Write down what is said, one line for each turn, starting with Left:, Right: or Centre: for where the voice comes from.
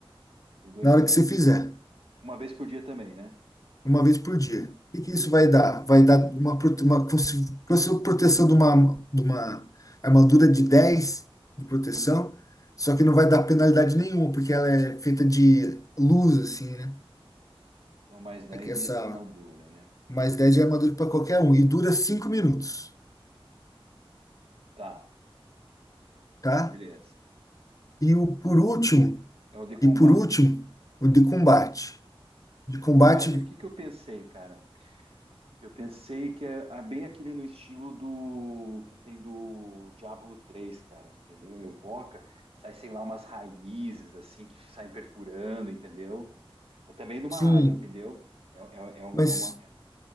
Right: De 2
Left: na hora
Right: metros.
Left: que você fizer,
Right: Uma vez por dia também, né?
Left: uma vez por dia. O que que isso vai dar? Vai dar uma, prote- uma cons- cons- proteção de uma, de uma armadura de 10 de proteção, só que não vai dar penalidade nenhuma, porque ela é feita de luz, assim, né?
Right: Então, mais dez
Left: Aqui Essa
Right: de armadura, né?
Left: mais 10 de armadura para qualquer um, e dura cinco minutos,
Right: Tá,
Left: tá?
Right: beleza.
Left: E o por último,
Right: É o de combate.
Left: e por último, o de combate de
Right: O de
Left: combate
Right: combate, o que que eu pensei, cara? Eu pensei que é ah, bem aquele no estilo do que tem do Diablo 3 cara, entendeu? Evoca, sai, sei lá, umas raízes assim que saem perfurando, entendeu? É também numa
Left: Sim,
Right: área, entendeu? É, é, é, um-
Left: mas
Right: é uma,